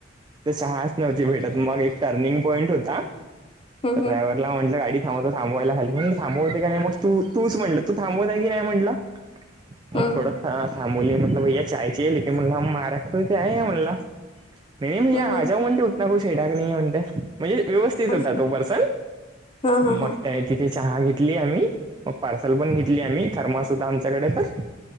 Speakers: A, on the right; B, on the left.
A: ते सहा आसणा वरती भेटत मग एक टर्निंग पॉईंट होता.
B: हम्म
A: ड्रायव्हर
B: हम्म
A: त्याला म्हटलं गाडी थांबव थांबंवायला हाली मं म्हणलं थांबवते का नाय मग तू तूच म्हणलं तू थांबवत आहे की नाय म्हंटलं मग
B: हम्म
A: थोडंचं हा थांबवंली म्हटलं भैया चाय चायीये लेकिन म्हणलं हंम महाराष्ट्रासे आये हे म्हणला नही मिया
B: हम्म
A: आजाऊ
B: हम्म
A: म्हणते उतना कुछ सेडाक नहीे है म्हणते म्हणजे व्यवस्थित होता
B: असं
A: तो पर्सन
B: हा हा
A: मग
B: हा
A: त्याय ति ते चहा घेतली आम्ही मग पार्सल पण घेतली आम्ही थर्मास होता आमच्याकडे तर